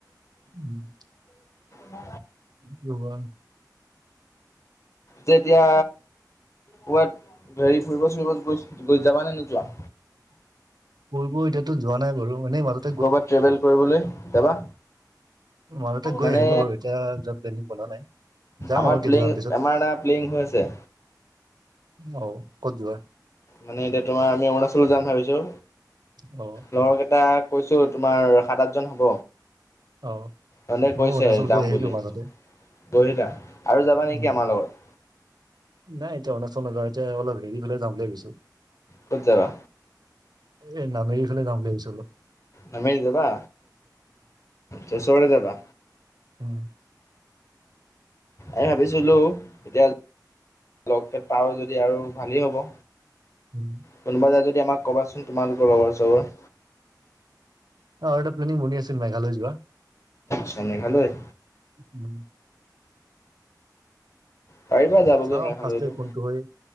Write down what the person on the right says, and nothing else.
উম
কোৱা
কৰিব এতিয়াতো যোৱা নাই বাৰু এনেই মাজত
মই তাতে গৈ
আহিলো বাৰু এতিয়া যোৱা প্লেনিং বনোৱা নাই যাম
আৰু কেইদিনমান
পিছত
অ ক'ত যোৱা
অ
অ',
ময়ো
অৰুণাচল গৈ
আহিলো
মাজতে,
উম।
নাই এতিয়া অৰুণাচল নাযাওঁ এতিয়া অলপ হেৰি ফালে যাম বুলি ভাবিছো
এ নামেৰি ফালে যাম বুলি ভাবিছিলো
উম,
উম
আৰু এটা প্লেনিং বনি আছিল মেঘালয় যোৱা
উম
চাও
আাঁচ্ত কোনটো হয়